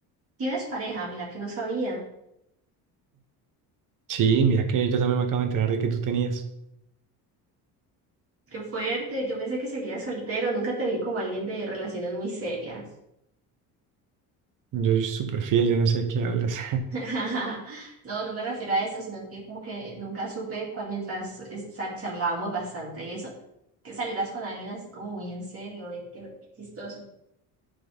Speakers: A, on the right; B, on the right.
A: Tienes pareja, mira que no sabía.
B: Sí, mira que yo también me acabo de enterar de que tú tenías.
A: Qué fuerte, yo pensé que seguías soltero, nunca te vi como alguien de relaciones muy serias.
B: Yo soy súper fiel, yo no sé de qué hablas.
A: <laughs> No, no me refiero a eso, sino que como que nunca supe cuando mientras esta- charlábamos bastante y eso, que salieras con alguien así como muy en serio, eh, qué qué chistoso.